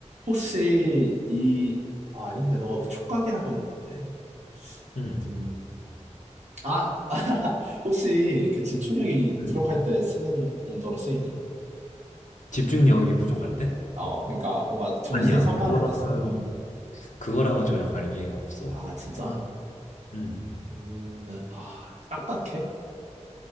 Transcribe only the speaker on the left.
음.
음.
집중력이 부족할 때?
아니야,
그거랑은,
그거랑은 전혀 관계가 없어.
음.